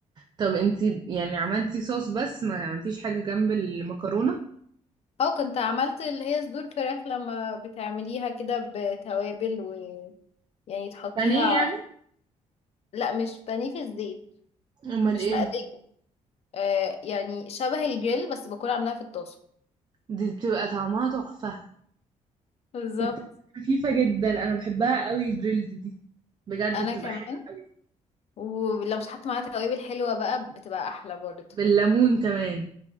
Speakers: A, on the right; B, on the left.
A: طب انتي يعني عملتي صوص بس ما عملتيش حاجة جنب المكرونة
B: أو كنت عملت اللي هي صدور فراخ لما بتعمليها كده بتوابل ويعني تحطيها
A: بانيه يعني
B: لا مش بانيه في الزيت
A: امال
B: مش
A: ايه
B: مقلية آه يعني شبه الجريل بس بكون عاملاها في الطاسة
A: دي بتبقى طعمها تحفة
B: بالظبط
A: وبتبقى خفيفة جدا انا بحبها قوي الجريلد دي بجد
B: انا
A: بتبقى
B: كمان
A: حلوة قوي
B: ولو مش حط معاها توابل حلوة بقى بتبقى احلى برضه
A: بالليمون كمان